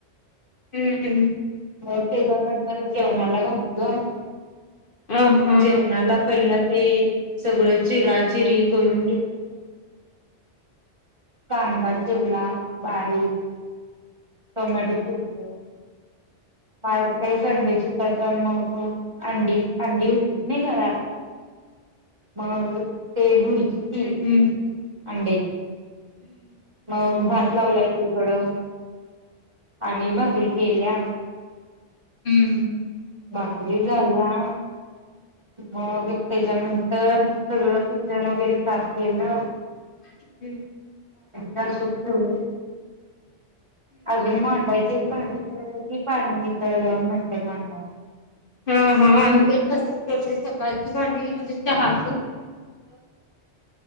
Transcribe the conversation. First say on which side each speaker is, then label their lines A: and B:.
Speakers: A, on the left (about 50°); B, on the right (about 25°).
A: हम्म हम्
B: म त्याच्यानंतर जेवणाला बघत
A: ह ह
B: जेवणाला पहिला ते सगळ चिरा चिरी करून घेतली कांदा चिवला बारीक टोमाॅटो चरया बाार काही संडेचीतात मग अंडी अंडी होतीच नाही घरात मग ते गुरजी
A: हा
B: अंडेची म भात लावलाय क थोडं आणि भाकरी केल्या
A: हम्म
B: बाकरी झाल्या मग त्याच्यानंतर सगळं किचन वगैरे साफ केलं
A: हम्म
B: ज सुठी होय अजून मडायचेच बध के तर क पाणी विकळलं म्या पाना
A: हा हा आणि पण तसच करते सकाळची भांडी म्हणजे चहा